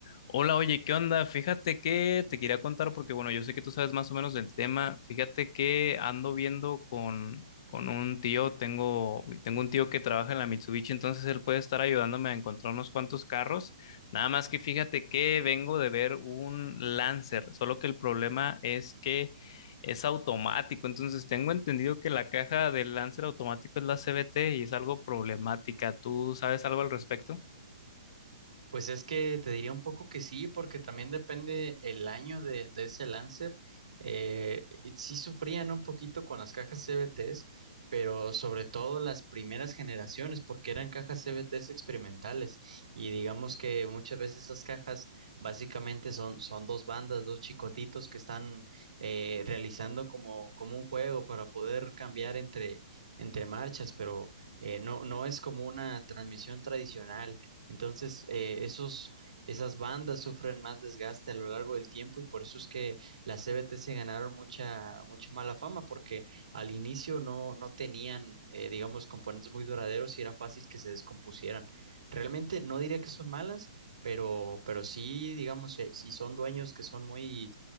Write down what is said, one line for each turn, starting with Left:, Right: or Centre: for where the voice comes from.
Left: Hola, oye, ¿qué onda? Fíjate que te quería contar porque, bueno, yo sé que tú sabes más o menos del tema. Fíjate que ando viendo con, con un tío, tengo, tengo un tío que trabaja en la Mitsubishi, entonces él puede estar ayudándome a encontrar unos cuantos carros. Nada más que fíjate que vengo de ver un Lancer, solo que el problema es que es automático, entonces tengo entendido que la caja del Lancer automático es la CVT y es algo problemática. ¿Tú sabes algo al respecto?
Right: Pues es que te diría un poco que sí, porque también depende el año de, de ese Lancer. Eh, y sí sufrían un poquito con las cajas CVTs, pero sobre todo las primeras generaciones, porque eran cajas CVTs experimentales. Y digamos que muchas veces esas cajas básicamente son, son dos bandas, dos chicotitos que están eh, realizando como, como un juego para poder cambiar entre, entre marchas, pero eh, no, no es como una transmisión tradicional. Entonces, eh, esos, esas bandas sufren más desgaste a lo largo del tiempo y por eso es que las CBT se ganaron mucha, mucha mala fama, porque al inicio no, no tenían, eh, digamos, componentes muy duraderos y era fácil que se descompusieran. Realmente no diría que son malas, pero, pero sí, digamos, eh, si son dueños que son muy,